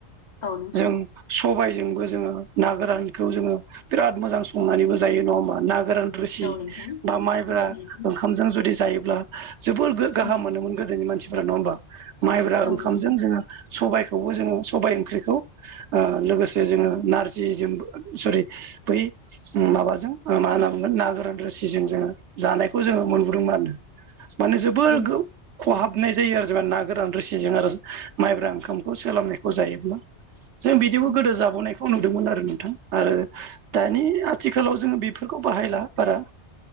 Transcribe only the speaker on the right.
जों सबायजोंबो जोङो ना गोरानखौ जोङो बिराद मोजां संनानैबो जायो नङा होमबा ना गोरान रुसि
बा माइब्रा
ओंखामजों जुदि जायोब्ला जोबोर गाहाम
मोनोमोन गोदोनि मानसिफोरा नङा होमबा माइब्रा
ओंखामजों
जोङो सबायाइखौबो जोङो सबाय ओंख्रिखौ लोगोसे जोङो नारजि जों सरि बै माबाजों मा होन नागोरान रोसिजों जोङो जानायखौ जोङो मोनबोदोंमोन माने जोबोर
खहाबनाय जायो आरो जेनबा ना गोरान रोसिजों आरो माइब्रा ओंखामखौ सोलाबनायखौ जायोब्ला
जों बिदिबो
गोदो जाबोनायखौ नुदोंमोन आरो नोंथां आरो दानि आथिखालाव जोङो बेफोर खौ बाहायला बारा